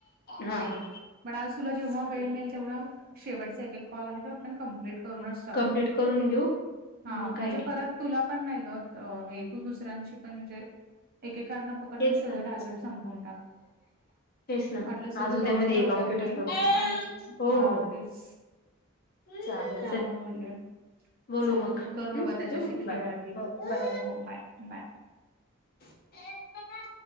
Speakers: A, on the left; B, on the right.
A: हा हा
B: पण आज तुला जेव्हा
A: चालेल
B: वेळ मिळेल तेवढा शेवटचा एक एक कॉल आहे तो आपण कम्प्लीट करूनच टाक
A: कम्प्लीट करून घेऊ.
B: हा,
A: मग
B: म्हणजे
A: काही नाही
B: परत तुला पण नाही ग, हे तू दुसऱ्यांशी पण म्हणजे एकेकांना पकड
A: तेच
B: आणि सगळं
A: ना तेच
B: टार्गेट
A: ना
B: संपून टाक,
A: तेच ना
B: वाटलंस तर
A: आज
B: तु
A: उद्यामध्ये
B: गौरीला उद्या
A: कम्प्युटच
B: घे
A: करून
B: आणि
A: हो
B: हा
A: हो
B: तेच,
A: चालेल
B: त्यामुळं
A: चल
B: बोलले.
A: बोलू
B: चालेल मग कर बाबा
A: हम्म
B: त्याच्याशी
A: ठेवू मग
B: खेळ
A: बाय
B: आधी,
A: बाय
B: हो हो बाय बाय.
A: बाय.